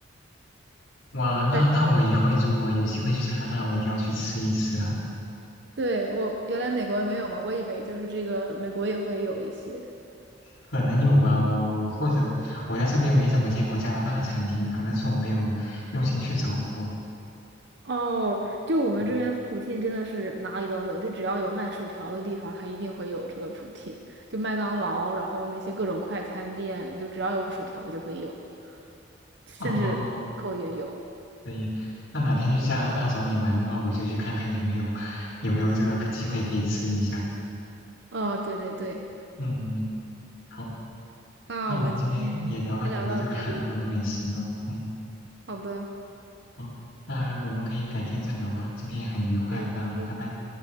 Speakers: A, on the left; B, on the right.
A: 哇，那那我以后如果有机会去加拿大，
B: 但是
A: 我一定要去吃一吃，
B: 对我原来美国没有嘛，我以为就是这个美国也会有一些。
A: 可能有吧。我我或者我在这边没怎么见过加拿大餐厅，可能是我没有用心去找过。
B: 哦，就我们这边普聘真的是哪里都有，
A: 嗯，
B: 就只要有卖薯条的地方，它一定会有这个普聘。就麦当劳，然后那些各种快餐店，就只要有薯条就会有，甚至扣也有。
A: 哦，可以。那哪天去加拿大找你玩的话，我就去看看有没有有没有这个机会可以吃一下。
B: 哦，对对对，
A: 嗯，嗯嗯好，
B: 那我们今天先聊到这里吧。
A: 那我们今天也聊了很多这个韩国的美食呢。嗯，
B: 好的，
A: 好，那我们可以改天再聊吧。今天也很愉快，
B: 可以可以
A: 那拜拜。